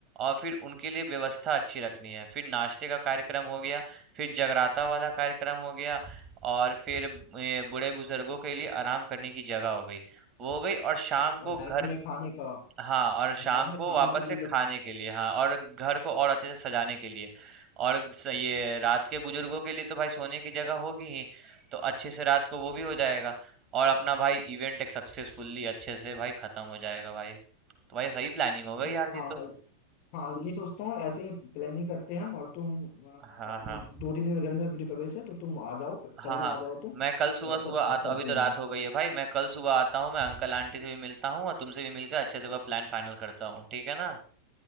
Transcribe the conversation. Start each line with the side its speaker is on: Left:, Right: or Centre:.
Right: और फिर उनके लिए व्यवस्था अच्छी रखनी है फिर नाश्ते का कार्यक्रम हो गया फिर जगराता वाला कार्यक्रम हो गया और फिर ए, बूढ़े बुजुर्गों के लिए आराम करने की जगह हो गई वो हो गई और शाम
Left: और
Right: को
Left: नाइट
Right: घर
Left: में खाने का
Right: हाँ और शाम
Left: नाइट में
Right: को
Left: खाने
Right: वापस
Left: के लिए
Right: से खाने
Left: कुछ
Right: के लिए हाँ और घर को और अच्छे से सजाने के लिए और स- ये रात के बुजुर्गों के लिए तो भाई सोने की जगह होगी ही तो अच्छे से रात को वो भी हो जाएगा और अपना भाई इवेंट एक सक्सेसफुली अच्छे से भाई खत्म हो जाएगा भाई तो भाई सही प्लानिंग हो गई यार
Left: हाँ
Right: ये तो
Left: भाई हाँ ये सोचता हूँ ऐसे ही प्लानिंग करते हैं हम और तुम अ,
Right: हाँ
Left: दो
Right: हाँ
Left: दिन में घर में गृह प्रवेश है तो तुम आ जाओ
Right: हाँ,
Left: कल ही
Right: हाँ।
Left: आ जाओ तुम
Right: मैं कल सुबह-सुबह
Left: और सब
Right: आता
Left: करते
Right: अभी तो रात
Left: हैं
Right: हो गई है भाई मैं कल सुबह आता हूँ मैं अंकल आंटी से भी मिलता हूँ और तुमसे भी मिलकर अच्छे से वह प्लान फाइनल करता हूँ ठीक है ना